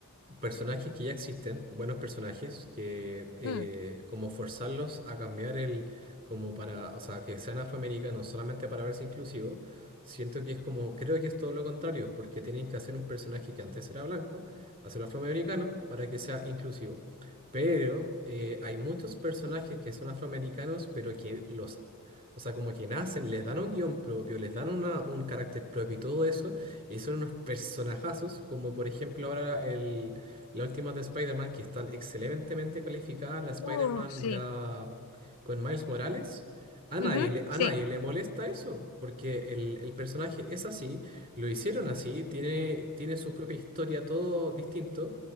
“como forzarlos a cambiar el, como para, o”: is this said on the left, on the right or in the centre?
Right